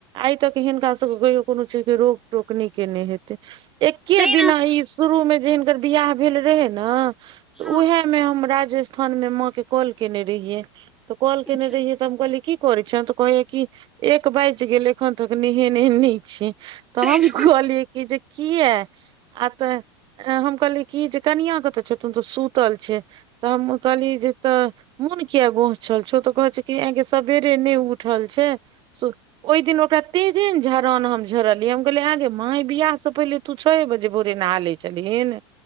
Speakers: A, on the right; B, in the centre.
A: आय तक हिनका सभके कहियौ कोनो चीजके रोकटोक नै केने हेतै। एके
B: तै
A: दिना
B: ने
A: इ शुरू मे जे हिनकर बियाह भेल रहै न, तऽ
B: हँ
A: उहे मे हम राजस्थान मे माँ के कॉल केने रहियै। तऽ कॉल केने
B: अच्छा
A: रहियै तऽ हम कहलियै की करे छे। तऽ कहैये कि एक बैज गेल एखन तक नेहेने नै छी। तऽ
B: हँ
A: हम कहलियै की जे किये आ तऽ ए हम कहलियै कि जे कनियाँ कतऽ छेथुन तऽ सुतल छै। तऽ हम कहलीए जे तऽ मून किये गोहछल छौ? तऽ कहे छै की एगै सबेर देह नै उठल छै। सु ओय दिन ओकरा तेजेन झरान हम झरलियै, हम कहलियै एगै मा इ बियाहसँ पहिले तू छये बजे भोरे नहा लै छलहीन